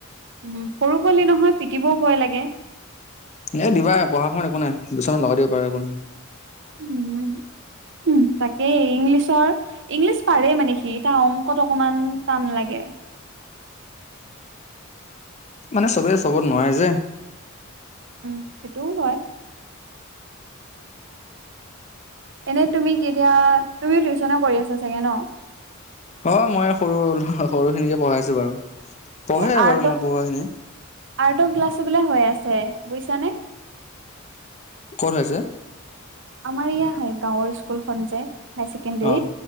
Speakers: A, on the right (about 60°); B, on the left (about 35°).
A: সৰু পোৱালি নহয় পিটিবও ভয় লাগে
B: এ দিবা পঢ়া সময়ত একো নাই দুচাতমান লগাই দিব পাৰা একো নাই।
A: উম তাকেই ইংলিছৰ ইংলিছ পাৰে মানে সি এ তাৰ অংকত অকমান টান লাগে
B: মানে চবে চবত নোৱাৰে যে
A: উম সেইটোও হয়। এনেই তুমি কি এতিয়া তুমিও টিউশ্যনে কৰি আছা চাগে ন
B: অ', মই সৰু সৰুখিনিকে পঢ়াইছো বাৰু, পঢ়ে
A: এই আৰ্টৰ
B: বাৰু মই পঢ়োৱা খিনি
A: আৰ্টৰ ক্লাছো বোলে হৈ আছে বুইছানে
B: ক'ত হৈ আছে?
A: আমাৰ ইয়া হয় গাঁৱৰ ইছস্কুল খন যে, হায় ছেকেণ্ডৰীত
B: অ